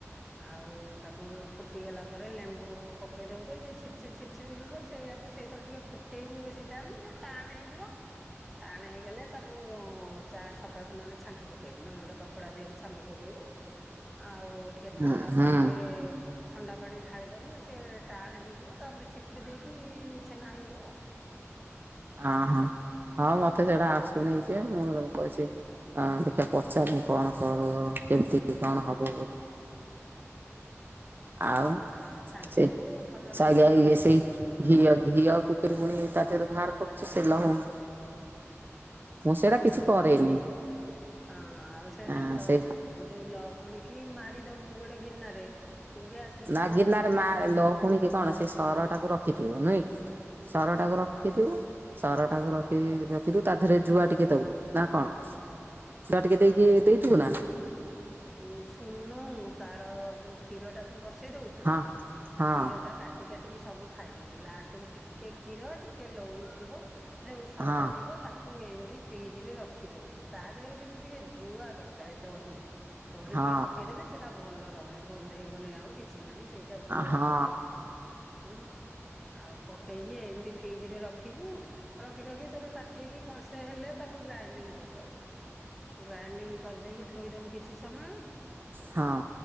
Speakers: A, in the centre; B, on the right (about 45°).
A: ଆଉ ତାକୁ ଫୁଟିଗଲା ପରେ ଲେମ୍ବୁ ପକେଇ ଦବୁ ଦେ ସେ ଛିଡି ଛିଡି ଛିଡି ଛିଡି ଯିବ ସେଇଆକୁ ସେଇଥିରେ ଟିକେ ଫୁଟେଇବୁ ବେଶୀ ଟାଇମ ସେ ଟାଣ ହେଇଯିବ ଟାଣେ ହେଇଗଲେ ତାକୁ ଚା ଛକାକୁ ନହେଲେ ଛାଙ୍କି ପକେଇବୁ ନହେଲେ ଗୋଟେ କପଡା ଦେହରେ ଛାଙ୍କି ପକେଇବୁ ଆଉ ଟିକେ ଥଣ୍ଡା
B: ହୁଁ ହୁଁ
A: ପାଣିରେ ଥଣ୍ଡା ପାଣି ଢାଳିଦବୁ ସେ ଟାଣେ ହେଇଯିବ ତାପରେ ଚିପୁଡ଼ି ଦେଇକି ଛେନା ହେଇଯିବ ଆଉ।
B: ଅ ହଁ ହଉ ମତେ ସେଟା ଆସୁନ ନେଇ ଯେ ମୁଁ ବାଇଚି ଅଁ ଦେଖିବା ପଚାରେ କଣ କର କେମିତି କଣ ହବ ବୋଲି ଆଉ
A: ତା ଛାଙ୍କିଦବୁ
B: ସେ
A: ଥଣ୍ଡା
B: ସାରିଆ
A: ପାଣିରେ ବୁଡେଇଦବୁ
B: ଇଏ ସେଇ
A: ହେଇଯିବ ଆଉ
B: ଘିଅ ଘିଅ କୁ କେବେ ପୁଣି ତା ଦେହରୁ ବାହାର କରଚୁ ସେ ଲହୁ ମୁଁ ସେଇଟା କିଛି
A: ଲହୁଣି
B: କରେନି।
A: ହଁ ଆଉ ସେଟା
B: ଆଁ
A: ଲ
B: ସେ
A: ଯୋଉ ଲହୁଣୀ କି ମାରିଦବୁ ଗୋଟେ ଗିନାରେ ଗ୍ୟାସ ରେ
B: ନା
A: ଥୋଇଦବୁ
B: ଗିନାରେ ମା ଲହୁଣୀ କି କଣ ସେ ସର ଟାକୁ ରଖିଥିବ ନୁହେଁ କି ସର ଟାକୁ ରଖିଥିବୁ ସର ଟାକୁ ରଖି ରଖିଦୁ ତା ଦେହରେ ଜୁଆ ଟିକେ ଦବୁ ନା କଣ? <inaudible>
A: ହଁ
B: ଦେଇକି
A: ଗୋପ
B: ଦେଇଥିବୁ ନା
A: ଉଁ ଶୁଣୁନୁ ତାର ଯୋଉ କ୍ଷୀର ଟା ତୁ ବସେଇ ଦଉଚୁ,
B: ହଁ ହଁ
A: କ୍ଷୀର ଟା କାଟି କାଟିକି ସବୁ ଖାଇଦବୁ। ଲାଷ୍ଟ କୁ ଟିକେ କ୍ଷୀର ଟିକେ ଲହୁଣୀ ଥିବ ସରଟା
B: ହଁ
A: ଥିବ ତା କୁ ଏମିତି ଫ୍ରିଜ ରେ ରଖି ଦଉଥିବୁ। ତା ଦେହରେ କିନ୍ତୁ ଟିକେ ଜୁଆ ଦରକାର ଦହି ଦହି
B: ହଁ
A: ଟିକେ ପକେଇଦେଲେ ସେଇଟା ଭଲ ରହେ। ଗନ୍ଧେଇବନି ଆଉ କି କିଛି ନାହିଁ। ସେଇଟା ଜୁଆ
B: ହଁ ହଁ
A: ହେଇଯାଏ। ହୁଁ ଆଉ ପକେଇକି ଏମିତି ଫ୍ରିଜ ରେ ରଖିବୁ। ରଖି ରଖି ତୋର ତାଟିଏ କି କଂସେ ହେଲେ ତାକୁ ଗ୍ରାଇଣ୍ଡିଙ୍ଗ କରିଦବୁ। ଗ୍ରାଇଣ୍ଡିଙ୍ଗ କରିଦେଇକି ଥୋଇଦବୁ କିଛି ସମୟ
B: ହଁ।